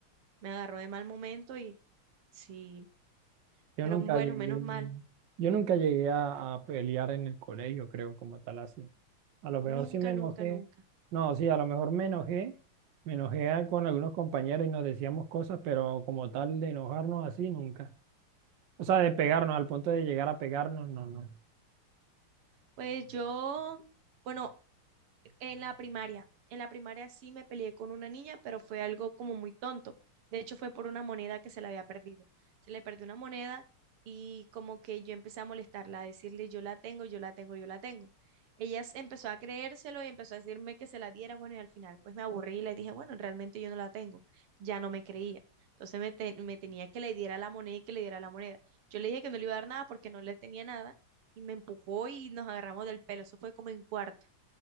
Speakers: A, on the right (about 80°); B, on the right (about 60°).
A: Me agarró de mal momento y sí,
B: Yo
A: pero
B: nunca
A: bueno,
B: llegué,
A: menos mal.
B: yo nunca llegué a, a pelear en el colegio, creo, como tal así. A lo mejor
A: Nunca,
B: sí me enojé,
A: nunca, nunca.
B: no, sí, a lo mejor me enojé, me enojé a- con algunos compañeros y nos decíamos cosas, pero como tal de enojarnos así nunca. O sea, de pegarnos al punto de llegar a pegarnos, no, no.
A: Pues yo... Bueno, En la primaria, en la primaria sí me peleé con una niña, pero fue algo como muy tonto. De hecho, fue por una moneda que se le había perdido. Se le perdió una moneda y como que yo empecé a molestarla, a decirle, yo la tengo, yo la tengo, yo la tengo. Ella s- empezó a creérselo y empezó a decirme que se la diera. Bueno, y al final pues me aburrí y le dije, bueno, realmente yo no la tengo. Ya no me creía. Entonces me, te- me tenía que le diera la moneda y que le diera la moneda. Yo le dije que no le iba a dar nada porque no le tenía nada y me empujó y nos agarramos del pelo. Eso fue como en cuarto.